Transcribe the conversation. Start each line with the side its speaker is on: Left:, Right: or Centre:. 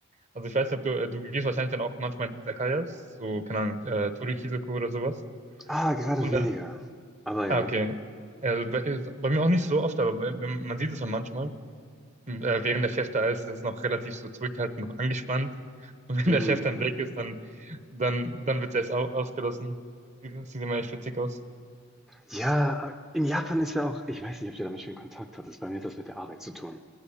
Right: Also ich weiß nicht, ob du, äh, du gehst wahrscheinlich dann auch manchmal in Izakayas, so, keine Ahnung, äh, Torikizoku oder sowas.
Centre: Ah, gerade
Right: Und
Centre: weniger.
Right: dann,
Centre: Aber ja.
Right: ah, okay. Also bei, ist bei mir auch nicht so oft, aber bei- wenn- man sieht es ja manchmal. hm, Äh, während der Chef da ist, ist es noch relativ so zurückhaltend, noch angespannt. <laughs> Und wenn
Centre: Mhm.
Right: der Chef dann weg ist, dann, dann, dann wird es erst au ausgelassen. Sieht, sieht immer echt witzig aus.
Centre: Ja, in Japan ist ja auch, ich weiß nicht, ob du damit schon Kontakt hattest, bei mir hat das mit der Arbeit zu tun.